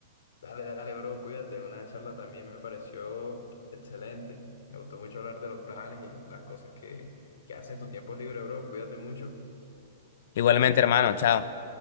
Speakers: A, on the left (about 80°); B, on the left (about 60°).
A: Dale, dale, bro, cuídate. Una charla también me pareció excelente. Me gustó mucho hablar de los planes y las cosas que, que hacen en tu tiempo libre, bro. Cuídate mucho.
B: Igualmente, hermano, chao.